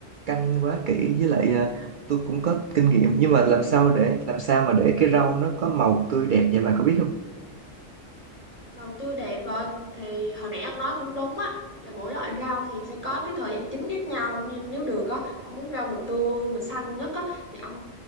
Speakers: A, on the right; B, on the left.
A: canh quá kỹ với lại ờ, tôi cũng có kinh nghiệm nhưng mà làm sao để làm sao mà để cái rau nó có màu tươi đẹp vậy bà có biết không
B: đầu tư đẹp rồi thì hồi nãy ông nói cũng đúng á là mỗi loại rau thì sẽ có cái thời gian chín khác nhau nhưng nếu được á ông muốn rau mịch tươi mịch xanh nhất á thì ông